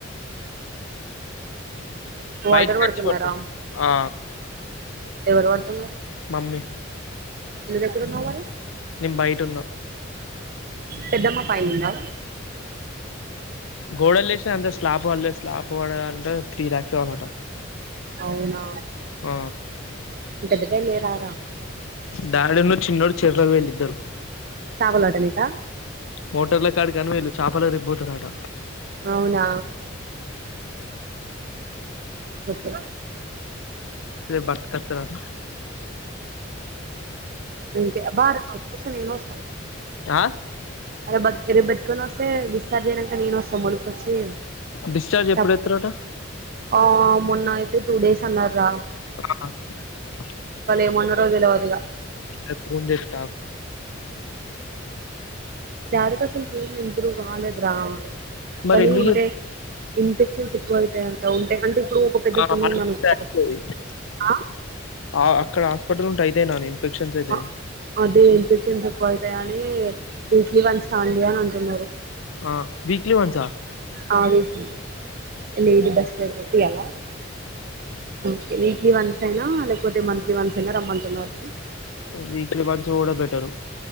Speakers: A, on the right (about 45°); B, on the left (about 80°).
A: వాటర్
B: బయటకి
A: పడుతున్నారా
B: వచ్చి పట్టు ఆ
A: ఎవరు పడుతున్నరు
B: మమ్మీ
A: నువ్వేక్కడున్నవ్ మరి
B: నేను బయటున్న
A: పెద్దమ్మ పైనుందా
B: గోడల్లేేసినయి అంతే స్లాబ్ పడలే స్లాబ్ పడాలంటే త్రీ లాక్స్ కావాలట
A: అవునా
B: ఆ
A: పెద్దగా లేరారా
B: గార్డెన్ లో చిన్నోడు చెర్లకి పోయిల్లిద్దరూ
A: చాపలు పట్టనీకా
B: మోటర్ల కాడికనీ పోయిళ్ళు చాపలకు రేపోతారట
A: అవునా చెప్పు
B: రేపు బట్కత్తరట
A: అంతే అబ్బా అమ్మ వస్తె నేను వస్తా
B: ఆ
A: అరే బట్ రేపు బట్కోనోస్తే డిస్చార్జ్ అయినంక నేను వస్తా
B: డిశ్చార్జ్ ఎప్పుడు
A: చప్
B: ఎత్తారట
A: ఆ మొన్న అయితే టూ డేస్ అన్నారు రా
B: ఆ
A: ఏమన్నారో తెలవదు ఇగ
B: రేపు ఫోన్ చేత్తా
A: దాని కోసం టీవీ ఉ ఎప్పుడు కాలేదు రా
B: మరి
A: కానీ
B: ఎందుకు
A: ఉంటే ఇన్ఫెక్షన్స్ ఎక్కువయితయంట ఉంటే అంటే ఇప్పుడు ఒక పెద్ద
B: ఆ <unintelligible>
A: పుండు ఉందనుకో ఆ
B: ఆ అక్కడ హాస్పిటల్ ఉంటే అయితయి నాని అంతేలే
A: అ అదే ఇన్ఫెక్షన్స్ ఎక్కువైతయి అని వీక్లీ వన్స్ రండి అని అంటున్నారు
B: ఆ వీక్లీ వన్సా
A: ఆ వీక్లీ లేదు <unintelligible> తీయాలా ఓకే వీక్లీ వన్స్ అయినా లేకపోతే మంత్లీ వన్స్ అయినా రమ్మంటున్నారు
B: వీక్లీ వన్స్ పోవుడె బెటరు